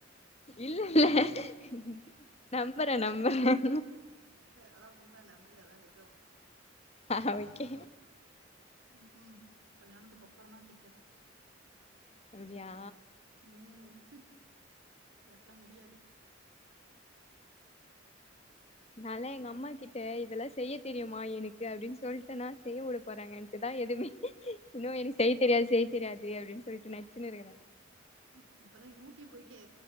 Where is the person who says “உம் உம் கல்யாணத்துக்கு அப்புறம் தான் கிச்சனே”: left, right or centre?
Right